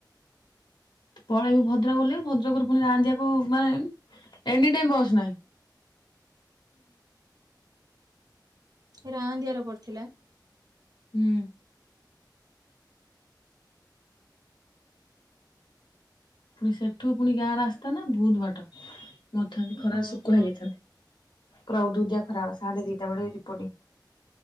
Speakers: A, on the left; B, on the right.
A: ପଳେଇବୁ ଭଦ୍ରକ ଓଲ୍ହେବୁ ଭଦ୍ରକରୁ ପୁଣି ରାଂଦିଆ କୁ ମାନେ ଏନି ଟାଇମ ବସ୍ ନାହିଁ।
B: ଏ ରାଂଦିଆ ରେ ପଡିଥିଲା?
A: ହୁଁ। ପୁଣି ସେଠୁ ପୁଣି ଗାଁ ରାସ୍ତା ନା ବହୁତ ବାଟ। ମଥାନ୍ତି ଖରାରେ
B: ଓହୋ
A: ଶୁଖୁଆ ହେଇଯାଇ ଥାଆନ୍ତି। ପୁରା ଉଦୁଉଦିଆ ଖରାବେଳ ସାଢେ ଦିଟା ବଳେ ଏଠି ରିପଟିଙ୍ଗ।